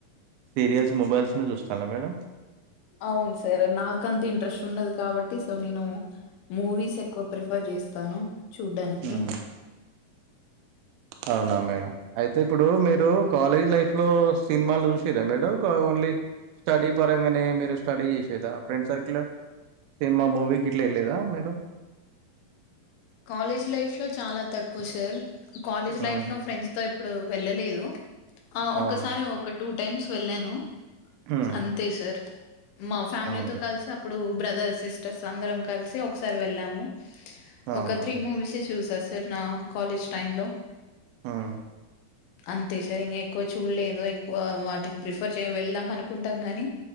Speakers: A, on the right (about 80°); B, on the left (about 85°).
A: సీరియల్స్ మొబైల్స్ ను చూస్తాలా మేడం
B: అవును సార్ నాకంత ఇంట్రెస్ట్ ఉండదు కాబట్టి సో నేను మూవీస్ ఎక్కువ ప్రిఫర్ చేస్తాను చూడ్డానికి
A: హ్మ్. అవునా మేడం అయితే ఇప్పుడు మీరు కాలేజ్ లైఫ్ లో సినిమాలు చూసేదా మేడం ఓన్లీ స్టడీ పరంగానే మీరు స్టడీ చేసేదా ఫ్రెండ్ సర్కిల్ సినిమా మూవీకి ఇట్లా వెళదా మీరు
B: కాలేజ్ లైఫ్ లో చాలా తక్కువ సార్ కాలేజ్
A: హ్మ్.
B: లైఫ్ ఫ్రెండ్స్ తో ఇప్పుడు వెళ్ళలేదు ఆ ఒకసారి
A: అవునా?
B: ఒక టూ టైమ్స్ వెళ్ళను
A: హ్మ్.
B: అంతే సార్ మా ఫ్యామిలీతో
A: అవును.
B: కలిసి అప్పుడు బ్రదర్స్ సిస్టర్స్ అందరం కలిసి ఒకసారి వెళ్ళాము
A: అవును.
B: ఒక త్రీ మూవీస్ చూసి సార్ నా కాలేజ్ టైమ్ లో
A: మ్మ్
B: అంతే సార్ ఇంకా ఎక్కువ చూడలేదు ఎక్కువ వాటిని ప్రిఫర్ చేయ వెళ్దాం అనుకుంటాం గాని